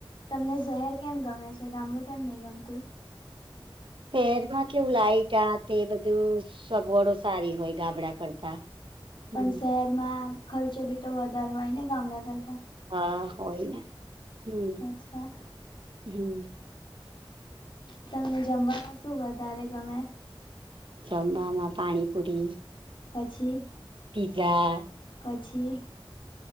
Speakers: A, on the left; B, on the right.
A: તમને શહેર. કેમ ગમે છે? ગામડું કેમ નહિં ગમતું?
B: શહેરમાં કેવું, લાઈટ આ તે બધું સગવડો સારી હોય ગામડા કરતા.
A: પણ
B: હમ
A: શહેરમાં ખર્ચો બી તો વધારે હોય ને, ગામડા કરતા?
B: હા હોયને! હમ
A: અચ્છા
B: હમ.
A: તમને જમવામાં શું વધારે ગમે?
B: જમવામાં પાણીપુરી.
A: પછી?
B: પીઝા.
A: પછી?